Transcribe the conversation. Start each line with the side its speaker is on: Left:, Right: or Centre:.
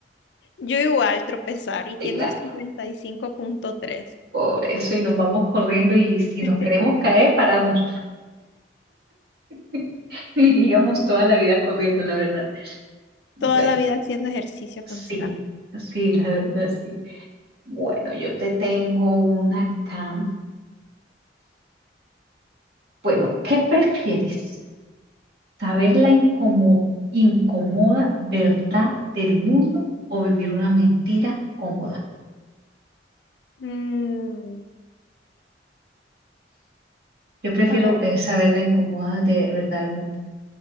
Left: Yo igual tropezar y
Right: Sí,
Left: tiene
Right: claro,
Left: un cincuenta y cinco punto tres
Right: por eso y nos vamos corriendo y si
Left: <laughs>
Right: nos queremos caer, paramos. <laughs> Iríamos toda la vida corriendo, la verdad. Bueno,
Left: Toda la vida haciendo ejercicio
Right: sí,
Left: constante.
Right: sí, la verdad, sí. Bueno, yo te tengo una acá. Bueno, ¿qué prefieres? ¿Saber la incomo- incomoda verdad del mundo o vivir una mentira cómoda?
Left: Mm,
Right: Yo prefiero
Left: a ver,
Right: eh, saber la incómoda de verdad del mundo.